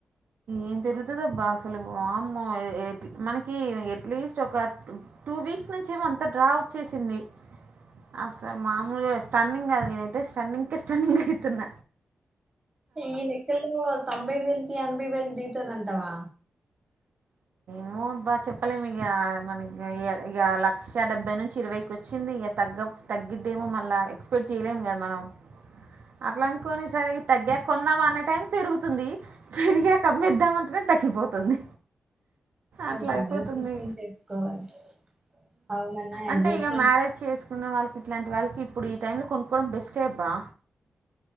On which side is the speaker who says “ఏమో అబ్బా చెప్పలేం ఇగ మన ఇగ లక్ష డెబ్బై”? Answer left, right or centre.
Right